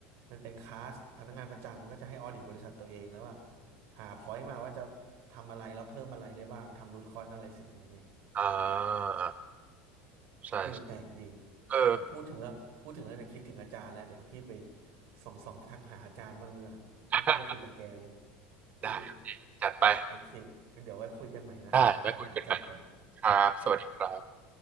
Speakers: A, on the right (about 65°); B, on the right (about 30°).
A: มันเป็นคลาสพนักงานประจำก็จะให้ออดิตบริษัทตัวเองแล้วอะ หาพอยต์มาว่าจะทำอะไรแล้วเพิ่มอะไรได้บ้างทำรูทคอ s อะไรสิ่งอย่างเงี้ย
B: อ่าใช่ใช่
A: เออแปลกดี
B: เออ
A: แต่พูดถึงแล้วพูดถึงแล้วเนี่ยคิดถึงอาจารย์แล้วเดี๋ยวพี่ไปส่องส่องทักหาอาจารย์บ้างดีกว่าไม่ค่อยได้คุยกับแกเลย
B: <laughs>
A: เออ
B: ได้จัดไป
A: โอเคงั้นเดี๋ยวไว้คุยกันใหม่นะครับเดี๋ยวทักหาอาจารย์ก่อน
B: ได้ไว้คุยกันใหม่ครับสวัสดีครับ
A: อืม